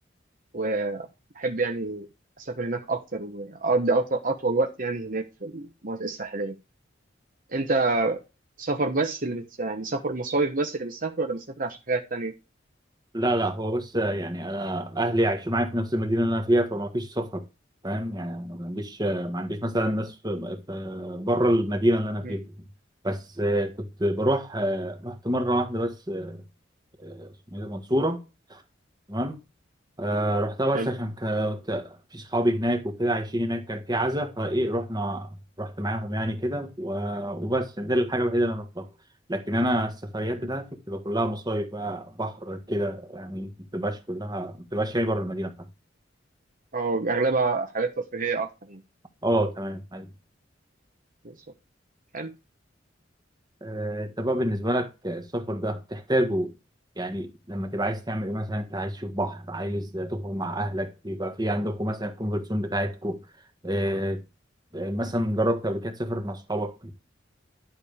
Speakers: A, on the right (about 45°); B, on the right (about 20°).
A: وأحب يعني أسافر هناك أكتر وأقضي أط- أطول وقت يعني هناك في المناطق الساحلية أنت سفر بس اللي بت... يعني سفر مصايف بس اللي بتسافر ولا بتسافر عشان حاجات تانية؟
B: لا لا هو بس يعني انا اهلي عايشين معايا في نفس المدينه اللي انا فيها فما فيش سفر فاهم يعني أنا ما عنديش ما عنديش مثلا ناس في بره المدينه اللي انا
A: مم.
B: فيها بس آه، كنت بروح آه، رحت مره واحده بس آه، اسمه ايه ده منصوره تمام آه رحتها بس
A: حلو
B: عشان كنت في صحابي هناك وكده عايشين هناك كان في عزا فايه رحنا رحت معاهم يعني كده و- وبس دي الحاجة الوحيدة اللي انا رحتها لكن انا السفريات
A: مم.
B: بتاعتي بتبقى كلها مصايف بقى بحر كده يعني ما بتبقاش كلها ما بتبقاش يعني بره المدينة بتاعتي
A: أو أغلبها حاجات ترفيهية أكتر يعني
B: اه تمام أيوة.
A: بالظبط حلو
B: آه، انت بقى بالنسبة لك السفر ده بتحتاجه يعني لما تبقى عايز تعمل ايه مثلا انت عايز تشوف بحر عايز تخرج مع اهلك بيبقى في عندكم مثلا الكونفرت زون بتاعتكم آه، يعني مثلا جربت قبل كده تسافر مع اصحابك